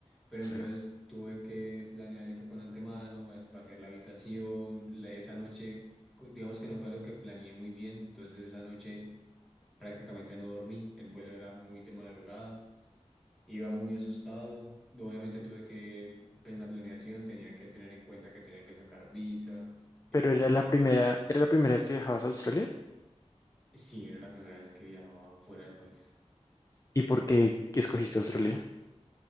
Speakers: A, in the centre; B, on the left.
A: Pero
B: sí.
A: entonces tuve que planear eso con antemano, vas- vaciar la habitación, la- esa noche, co- digamos que no fue algo que planeé muy bien, entonces esa noche prácticamente no dormí, el vuelo era muy de madrugada. Iba muy asustado. Obviamente tuve que, en la planeación tenía que tener en cuenta que tenía que sacar visa y
B: Pero
A: ese tipo
B: era la
A: de cosas.
B: primera, era la primera vez que viajabas a Australia.
A: Sí, era la primera vez que viajaba fuera del país.
B: ¿Y por qué escogiste Australia?